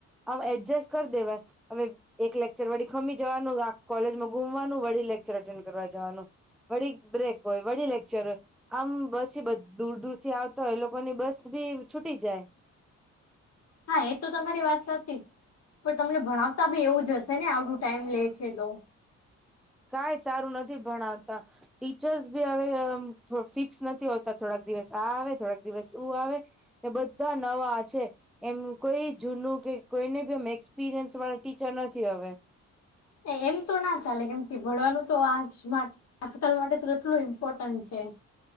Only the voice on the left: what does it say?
હા એ તો તમારી વાત સચ પણ તમને ભણાવતા બી એવું જ હશે ને આવડું ટાઈમ લે છે તો.
એ એમ તો ના ચાલે કેમ કે ભણવાનું તો આજ માટ આજકાલ માટે તો કેટલું ઇમ્પોર્ટન્ટ છે.